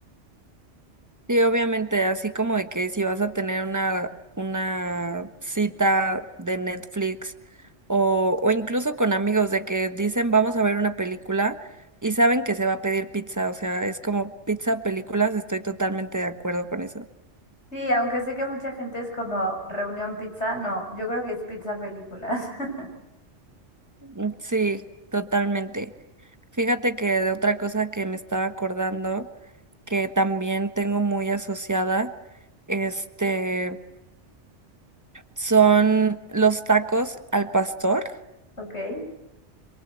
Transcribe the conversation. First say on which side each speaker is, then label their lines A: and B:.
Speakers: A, on the right (about 15°); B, on the left (about 70°).
A: Sí, obviamente, así como de que si vas a tener una, una cita de Netflix o, o incluso con amigos de que dicen vamos a ver una película y saben que se va a pedir pizza, o sea, es como pizza, películas, estoy totalmente de acuerdo con eso.
B: Sí, aunque sé que mucha gente es como reunión pizza, no, yo creo que es pizza películas, <laughs>
A: Mm, Sí, totalmente. Fíjate que de otra cosa que me estaba acordando, que también tengo muy asociada, este, son los tacos al pastor.
B: ¿ok?